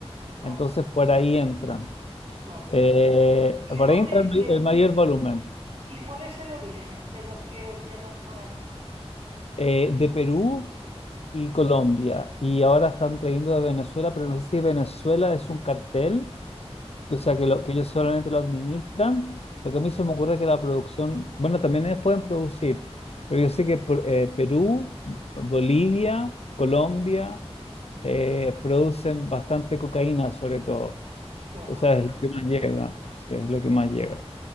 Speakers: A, on the right (about 70°); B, on the left (about 70°).
A: claro,
B: Entonces por ahí entran,
A: claro.
B: eh,
A: ¿Y
B: por
A: de dónde,
B: ahí entra el,
A: y
B: may-
A: de,
B: el mayor volumen
A: y cuál es el origen de los que os llegan por ahí?
B: eh, de Perú y Colombia, y ahora están trayendo de Venezuela, pero no sé si Venezuela es un cartel
A: Sí,
B: O sea, que, lo, que ellos solamente lo administran, porque a mí se me ocurre que la producción, bueno, también ellos pueden producir, pero yo sé que por- eh, Perú, Bolivia, Colombia eh, producen bastante cocaína sobre todo.
A: qué horror.
B: O sea, es lo que más llega,
A: Ya,
B: sí, es lo que más
A: ya,
B: llega.